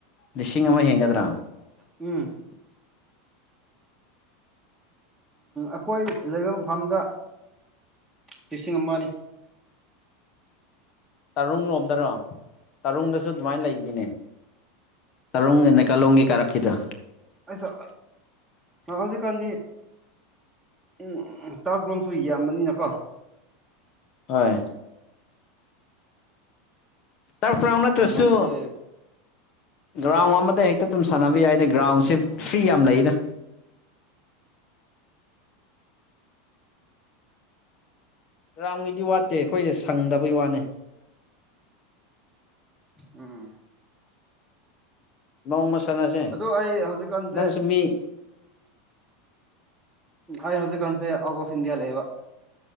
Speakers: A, on the left; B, in the centre.
A: ꯂꯤꯁꯤꯡ ꯑꯃ ꯍꯦꯟꯒꯗ꯭ꯔꯥ
B: ꯎꯝ ꯑꯩꯈꯣꯏ ꯂꯩꯕ ꯃꯐꯝꯗ ꯂꯤꯁꯤꯡ ꯑꯃꯅꯤ
A: ꯇꯔꯨꯡ ꯂꯣꯝꯗꯔꯣ ꯇꯔꯨꯡꯗꯁꯨ ꯑꯗꯨꯃꯥꯏꯅ ꯂꯩꯅꯤꯅꯦ ꯇꯔꯨꯡ ꯅꯩꯀꯥꯂꯣꯡꯒꯤ ꯀꯥꯔꯛꯈꯤꯗ
B: ꯑꯩꯁꯣ ꯍꯧꯖꯤꯛꯀꯥꯟꯗꯤ ꯎꯝ ꯎꯝ ꯇꯔ ꯀꯣꯝꯁꯨ ꯌꯥꯝꯕꯅꯤꯅꯀꯣ
A: ꯍꯣꯏ ꯇꯔꯔꯥꯎ
B: ꯑꯗꯨꯝ
A: ꯅꯠꯇ꯭ꯔꯁꯨ
B: ꯃꯃꯜꯁꯦ
A: ꯒ꯭ꯔꯥꯎꯟ ꯑꯃꯗ ꯍꯦꯛꯇ ꯑꯗꯨꯝ ꯁꯥꯟꯅꯕ ꯌꯥꯏꯗ ꯒ꯭ꯔꯥꯎꯟ ꯁꯤ
B: ꯑꯣ
A: ꯐ꯭ꯔꯤ ꯌꯥꯝ ꯂꯩꯗ ꯒ꯭ꯔꯥꯝꯒꯤꯗꯤ ꯋꯥꯠꯇꯦ ꯑꯩꯈꯣꯏꯗ ꯁꯪꯗꯕꯩ ꯋꯥꯅꯤ
B: ꯑꯝ
A: ꯅꯣꯡꯃ ꯁꯥꯟꯅꯁꯦ
B: ꯑꯗꯣ ꯑꯩ ꯍꯧꯖꯤꯛꯀꯥꯟꯁꯦ
A: ꯅꯪꯁꯨ ꯃꯤ
B: ꯑꯩ ꯍꯧꯖꯤꯛꯀꯥꯟꯁꯦ ꯑꯥꯎꯠ ꯑꯣꯐ ꯏꯟꯗꯤꯌꯥ ꯂꯩꯌꯦꯕ